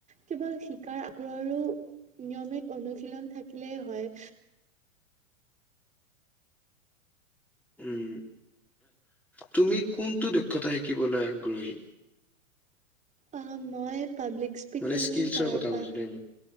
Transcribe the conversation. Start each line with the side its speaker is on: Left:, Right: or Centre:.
Right: কিবা শিকাৰ আগ্ৰহ আৰু নিয়মিত অনুশীলন থাকিলেই হয়।
Centre: উম তুমি কোনটো দক্ষতা শিকিবলৈ আগ্ৰহী?
Right: অ মই পাব্লিক স্পিকিং
Centre: মানে স্কিলচৰ
Right: তাৰপা
Centre: কথা কৈছো দেই মই